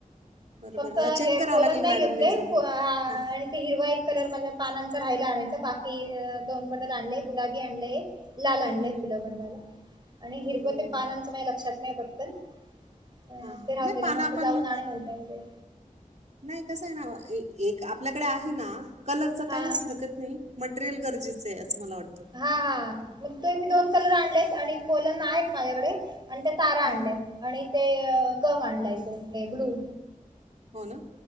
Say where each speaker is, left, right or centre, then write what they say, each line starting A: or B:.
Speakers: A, on the right (about 55°); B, on the right (about 35°).
A: बरोबर
B: फक्त
A: मला चेक
B: हे
A: करावं
B: पोलन
A: लागेल
B: नाही
A: मॅडमने
B: घेतले
A: ज
B: आणि
A: हां
B: हिरवा एक कलर माझ्या पानांचा राहियला आणायच बाकी दोन बंडल आणले गुलाबी आणले एक लाल आणलंय
A: हं, हं, हं,
B: फुलं बनवायला आणि हिरवं
A: हं.
B: ते पानांचं मा लक्षात नाही पटतन अ
A: हां
B: ते राहून
A: नाही
B: गेले
A: पानं
B: म्हटलं
A: आपण
B: जाऊन आण नव्हते्या इे
A: नाही कसं आहे ना एक आपल्याकडे आहे ना कलरच
B: हा
A: काही हरकत नाही मटेरियल गरजेचं आहे असं मला वाटतं
B: हा हा मग ते मी दोन कलर आणलेत आणि पोलंद आहेत माझ्याकडे आणि त्या तारा
A: हं,
B: आणल्याय
A: हं.
B: आणि ते गम आणलाय तो हे ग्लू
A: हो ना